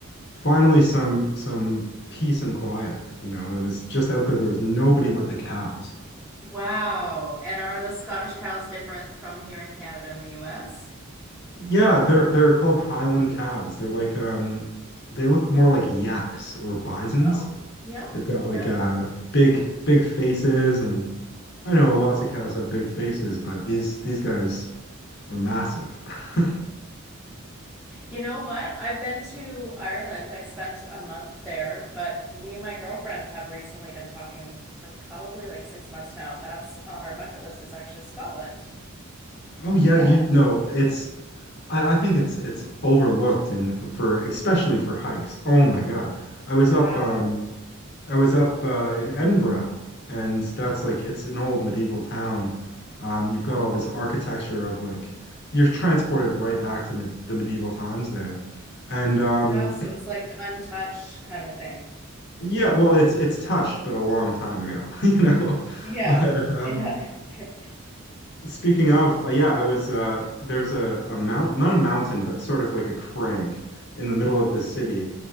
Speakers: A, on the left; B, in the centre.
A: finally some some peace and quiet. You know, it was just out there. There was nobody but the cows.
B: Wow. And are the Scottish cows different from here in Canada and the US?
A: Yeah, they're they're called Highland cows. They're like um they look more like yaks or bisons.
B: Oh, Yeah,
A: They've got
B: yeah.
A: like uh big big faces and I know lots of cows have big faces, but these these guys were massive. <laughs>
B: You know what? I've been to Ireland. I spent a month there, but me and my girlfriend have recently been talking for probably like six months now. That's on our bucket list is actually Scotland.
A: Oh yeah,
B: yeah.
A: you no, it's I, I think it's it's overlooked and for especially for hikes. Oh my God. I was
B: Wow.
A: up um I was up uh, in Edinburgh, and that's like it's an old medieval town. Um, you've got all this architecture of like you're transported right back to med the medieval times there, and um,
B: Wow, so it's like untouched kind of thing.
A: yeah, well, it's it's touched, but a long time ago, <laughs> you know.
B: Yeah,
A: But um,
B: it had. <laughs> Okay.
A: Speaking of, uh, yeah, I was uh there's a a mount not a mountain, but sort of like a crag in the middle of the city.